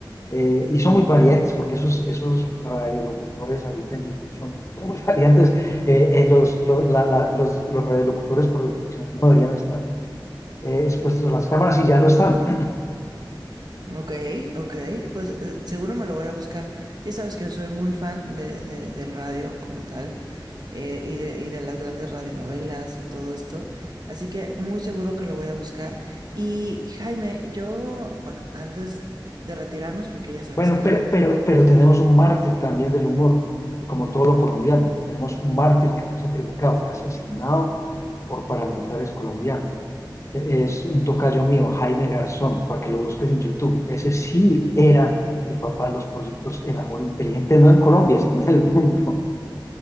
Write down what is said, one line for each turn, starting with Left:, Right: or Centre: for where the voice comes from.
Left: eh, y son muy variantes, porque esos, esos radiolocutores ahorita en YouTube son tipos <laughs> muy variantes. Eh, eh, los, los, la- la- los- los radiolocutores, por definición, no deberían estar eh, expuestos a las cámaras y ya lo están.
Right: Ok, ok, pues eh, seguro me lo voy a buscar. Ya sabes que soy muy fan de, de- del radio como tal eh, y de, y de las grandes radionovelas y todo esto, así que muy seguro que lo voy a buscar. Y Jaime, yo, bueno, antes de retirarnos, porque ya sabes
Left: Bueno,
Right: que,
Left: pero, pero, pero tenemos un mártir también del humor, como todo lo colombiano. Tenemos un mártir que fue sacrificado, fue asesinado por paramilitares colombianos. es un tocayo mío, Jaime Garzón, para que lo busques en YouTube. Ese sí era el papá de los pollitos en Amor Inteligente, no en Colombia, sino en el mundo.